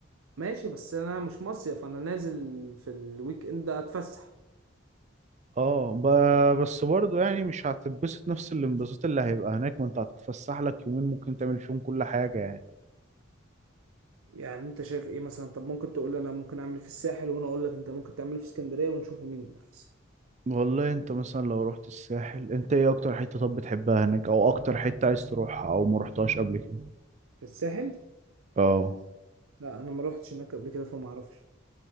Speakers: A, on the right (about 85°); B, on the right (about 35°).
A: ماشي بس انا مش مصيف انا نازل في الويك اند اتفسح
B: اه ب- بس برضه يعني مش هتتبسط نفس الانبساط اللي هيبقى هناك ما انت هتتفسح لك يومين ممكن تعمل فيهم كل حاجه يعني
A: يعني انت شايف ايه مثلا طب ممكن تقول لي انا ممكن اعمل ايه في الساحل وانا اقول لك انت ممكن تعمل ايه في اسكندريه ونشوفه مين احسن
B: والله انت مثلا لو رحت الساحل انت ايه اكتر حته طب بتحبها هناك او اكتر حته عايز تروحها او ما رحتهاش قبل كده
A: في الساحل
B: اه
A: لا انا ما روحتش هناك قبل كده فما اعرفش